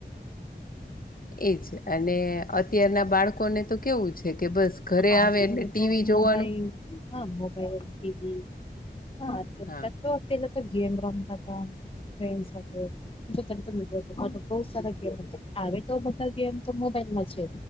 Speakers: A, on the left; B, on the left.
A: એજ અને અત્યારના બાળકોને તો કેવું છે કે, બસ.
B: હા
A: ઘરે આવે
B: અત્યારે
A: એટલે ટીવી
B: તો
A: જોવાનું.
B: મોબાઈલ હા મોબાઈલ ટીવી હા.
A: હા
B: પેલા તો ગેમ રમતા હતા ફ સાથે જો તમે મ બ સારા ગેમ હ તો બધા ગેમ તો મોબાઈલમાં છે